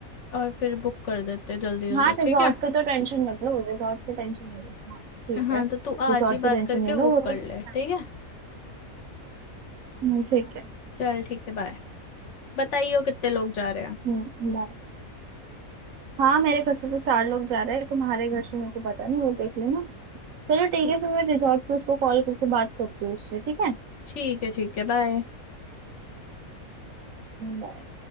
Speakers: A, on the left; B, on the right.
A: और फिर बुक कर देते जल्दी जल्दी
B: हाँ रिजॉर्ट
A: ठीक है
B: का तो टेंशन मत लो रिजॉर्ट की टेंशन नहीं लो हाँ ठीक
A: हाँ
B: है
A: तो तू आज
B: रिजॉर्ट
A: ही बात
B: की टेंशन
A: करके
B: नहीं लो
A: बुक
B: वो
A: कर
B: तो मेरे-
A: ले ठीक है
B: हम्म, ठीक है
A: चल ठीक है बाय बताइयो कितने लोग जा रहे हैं
B: हम्म बाय हाँ मेरे घर से तो चार लोग जा रहे हैं तुम्हारे घर से मेरे को पता नहीं वो देख लेना चलो ठीक
A: ठी-
B: है फिर मैं रिजॉर्ट पे उसको कॉल करके बात करती हूँ उससे ठीक है
A: ठीक है ठीक है बाय
B: बाय